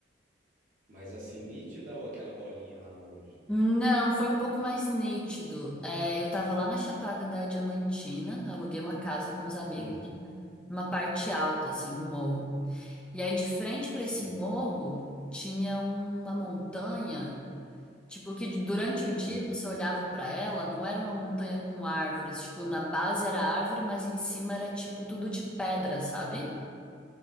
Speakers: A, on the right; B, in the centre.
A: mas assim, nítida ou aquela bolinha lá longe?
B: Não, foi um pouco mais nítido. É, eu tava lá na Chapada da Diamantina, aluguei uma casa com os amigos,
A: Hum,
B: né, numa parte alta, assim, num morro. E aí, de frente para
A: sim.
B: esse morro, tinha uma montanha, tipo, que durante o
A: Hum.
B: dia você olhava para ela, não era uma montanha com árvores, tipo, na base era árvore, mas em cima era, tipo, tudo de pedra, sabe?